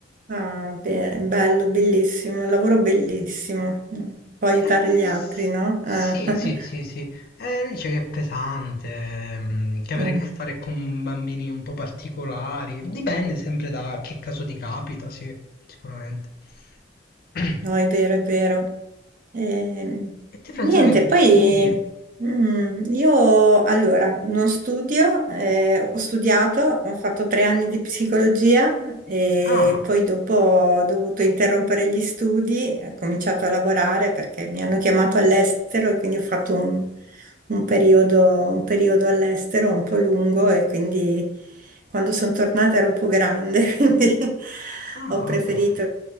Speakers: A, on the right (about 45°); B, on the left (about 55°).
A: Ah, be- bello, bellissimo, un lavoro bellissimo. Mm, Può aiutare
B: Eh,
A: gli
B: s-
A: altri, no?
B: sì,
A: Eh. <laughs>
B: sì, sì, sì. Eh, dice che è pesante, mm, che avere
A: Mm.
B: a che fare con bambini un po' particolari. Dipende sempre da che caso ti capita, sì, sicuramente. <clears throat>
A: No, è vero, è vero. Ehm,
B: E te, Francesca,
A: niente,
B: che fai?
A: poi
B: Studi?
A: mm, io allora non studio, eh, ho studiato, ho fatto tre anni di psicologia e
B: Ah,
A: poi dopo ho dovuto interrompere gli studi, ho cominciato a lavorare perché mi hanno chiamato all'estero e quindi ho fatto un, un periodo, un periodo all'estero un po' lungo e quindi... Quando sono tornata ero un po' grande, <laughs> quindi
B: ah,
A: ho preferito,
B: va bene.